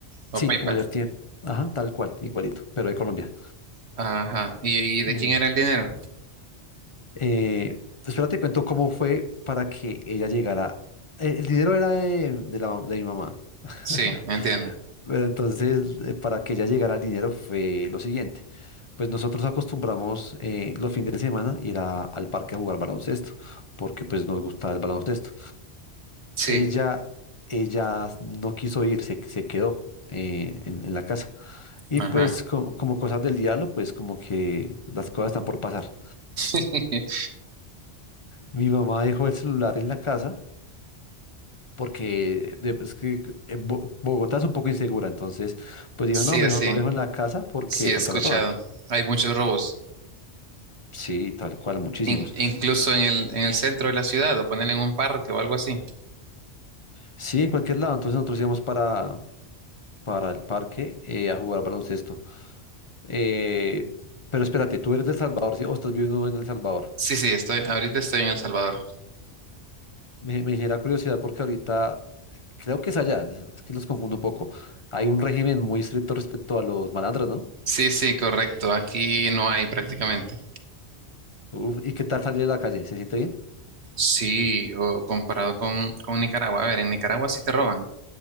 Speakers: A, on the right; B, on the left.
A: O
B: Sí,
A: PayPal.
B: como el tiene. Ajá, tal cual, igualito, pero de Colombia.
A: Ajá. ¿Y, y de
B: Mm.
A: quién era el dinero?
B: Eh, espérate, cuento cómo fue para que ella llegara. Eh, El, dinero era de, de la, de mi mamá. <laughs>
A: Sí, entiendo.
B: Pero entonces, eh, para que ella llegara el dinero fue lo siguiente. Pues nosotros acostumbramos eh, los fines de semana ir a- al parque a jugar baloncesto, porque pues nos gustaba el baloncesto.
A: Sí,
B: Ella, ella no quiso ir, se, se quedó eh, en, en la casa. Y
A: ajá.
B: pues co- como cosas del diablo, pues como que las cosas están por pasar.
A: <laughs>
B: Mi mamá dejó el celular en la casa. Porque de- es que eh, Bo- Bogotá es un poco insegura, entonces pues dijo,
A: Sí,
B: no, mejor
A: sí,
B: lo dejo en la casa porque
A: sí
B: de
A: he
B: pronto
A: escuchado.
B: me roban.
A: Hay muchos robos,
B: Sí, tal cual, muchísimos.
A: in- incluso en el, en el centro de la ciudad, o ponerle en un parque o algo así.
B: Sí, en cualquier lado. Entonces nosotros íbamos para, para el parque eh, a jugar baloncesto. Eh, pero espérate, ¿tú eres del Salvador, sí? ¿O estás viviendo en El Salvador?
A: Sí, sí, estoy, ahorita estoy en El Salvador.
B: Me, me genera curiosidad porque ahorita creo que es allá, es es que los confundo un poco. Hay un régimen muy estricto respecto a los malandros, ¿no?
A: Sí, sí, correcto. Aquí no hay prácticamente.
B: Uf, ¿y qué tal salir de la calle? ¿Se siente bien?
A: Sí, o comparado con, con Nicaragua. A ver, en Nicaragua sí te roban.